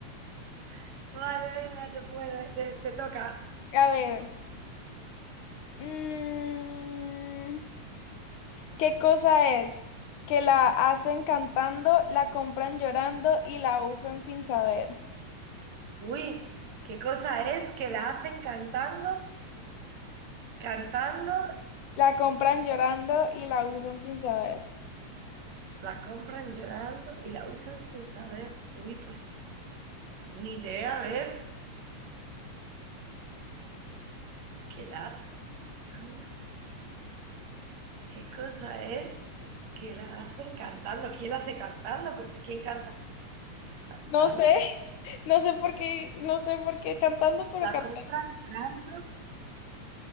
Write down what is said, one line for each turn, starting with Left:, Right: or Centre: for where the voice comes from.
Right: <laughs> vale, venga, te puede, te, te toca.
Left: A ver. mm, ¿Qué cosa es? Que la hacen cantando, la compran llorando y la usan sin saber.
Right: Uy, qué cosa es que la hacen cantando, cantando,
Left: La compran llorando y la usan sin saber.
Right: la compran llorando y la usan sin saber. Uy, pues ni idea, a ver, que la hacen. cantando. ¿Qué cosa es que la hacen cantando? ¿Quién la hace cantando? Pues si quién canta cantando.
Left: No sé, <laughs> no sé por qué, no sé por qué cantando, pero
Right: La
Left: cantando.
Right: compran llorando.